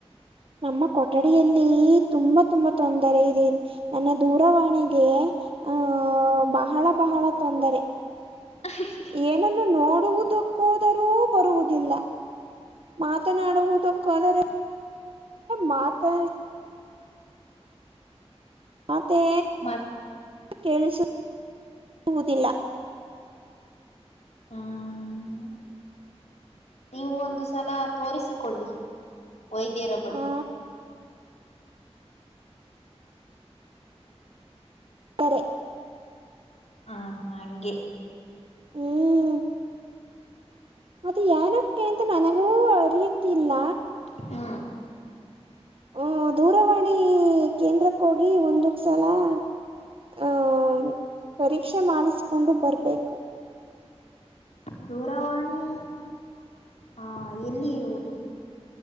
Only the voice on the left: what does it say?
ಅ ಹಿ ಹಿ ಹಿ
ಕೇಳುಸುತ್ತಿಲ್ಲ.
ಮತ್
ಹ್ಮ್ ನೀವು ಒಂದು ಸಲ ತೋರಿಸಿಕೊಳ್ಳಿ. ವೈದ್ಯರ ಬಳಿ.
ಹ್ಮ ಹಾ ಹಂಗೆ
ಹ್ಮ
<inaudible>
ದೂರವಾಣಿ ಆ ಎಲ್ಲಿ ಇರುವುದು.